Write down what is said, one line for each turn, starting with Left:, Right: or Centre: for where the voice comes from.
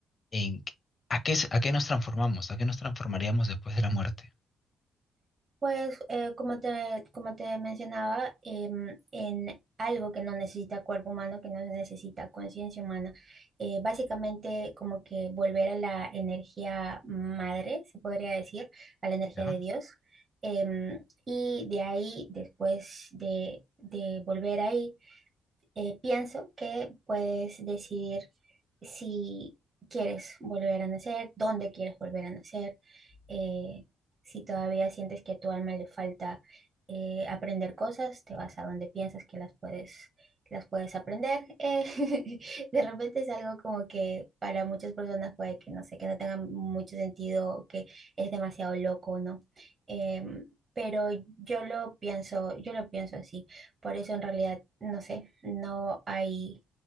Left: en qué- a qué, es- a qué nos transformamos? ¿A qué nos transformaríamos después de la muerte?
Right: pues eh, como te, como te mencionaba, em, en algo que no necesita cuerpo humano, que no necesita conciencia humana, eh, básicamente como que volver a la energía madre, se podría decir, a la energía
Left: ¿Ya?
Right: de Dios. Em, y de ahí, después de, de volver ahí, eh, pienso que puedes decidir si quieres volver a nacer, dónde quieres volver a nacer, eh, si todavía sientes que a tu alma le falta eh, aprender cosas, te vas a donde piensas que las puedes, las puedes aprender. eh, <laughs> de repente es algo como que para muchas personas puede que no sé, que no tenga mucho sentido, que es demasiado loco, ¿no? Em, pero yo lo pienso, yo lo pienso así. Por eso en realidad, no sé, no hay,